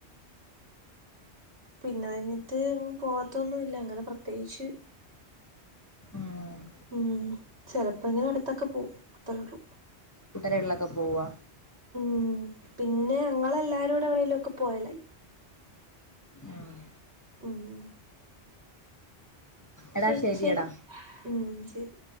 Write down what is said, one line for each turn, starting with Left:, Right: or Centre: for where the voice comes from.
Right: പിന്നെ അത് കഴിഞ്ഞിട്ട് പോവാത്തൊന്നുല്ല അങ്ങനെ പ്രത്യേകിച്ച്
Left: ആഹ്
Right: ഉം ചെലപ്പോ ഇങ്ങനെ അടുത്തൊക്കെ പോകും അത്രേ ഉള്ളൂ
Left: കുട്ടരകള്ളൊക്കെ പോവ
Right: ഉം പിന്നെ ഞങ്ങളെല്ലാരും കൂടെ എവിടെലും ഒക്കെ പോയലായി
Left: ആഹ്
Right: ഉം
Left: എടാ
Right: ശരി
Left: ശരിയടാ
Right: ശരി ഉം ശരി